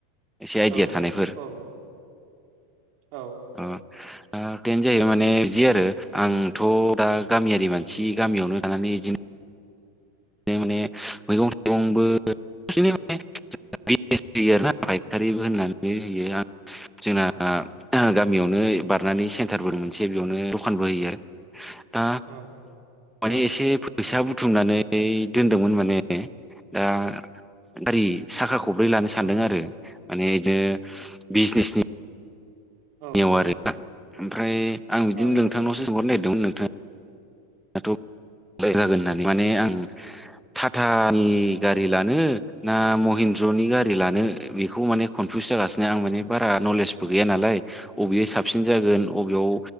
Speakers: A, in the centre; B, on the right.
A: एसे आइडिया
B: औ
A: थानायफोर
B: औ औ
A: अ ओ टेन जायैबाय माने आरो आं थ' दा गामियारि मानसि गामियावनो थानानै अदिनो माने मैगं थाइगंबो <unintelligible> <unintelligible> फायखारिबो होननानै होयो आं जोंना
B: औ
A: गामियावनो बारनानै सेन्टारबो मोनसे बेयावनो दखानबो होयो आरो दा
B: औ
A: माने
B: औ
A: एसे फैसा बुथुमनानै दोनदोंमोन माने दा गारि साखा खब्रै लानो सानदों
B: औ
A: आरो माने बिदिनो बिजनेसनि
B: औ
A: नियाव आरोना ओमफ्राय आं बिदिनो
B: औ
A: नोंथांनावसो सोंहरनो नागिरदोंमोन नोंथाङा थ' <unintelligible> माने आं टाटानि गारि लानो ना महिन्द्रनि गारि लानो बेखौ माने कनफिउस जागासिनो आं माने बारा नलेजबो गैया नालाय अबेयो साबसिन जागोन अबेयाव